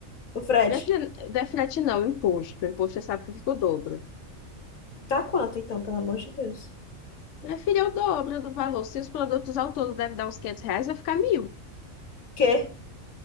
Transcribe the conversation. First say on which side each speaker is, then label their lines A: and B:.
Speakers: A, on the left; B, on the left.
A: O frete?
B: Minha filha, não é frete não, imposto. Imposto você sabe que fica o dobro.
A: Tá quanto, então, pelo amor de Deus?
B: Minha filha, é o dobro do valor. Se os produtos ao todo devem dar uns 500 reais, vai ficar mil.
A: Quê?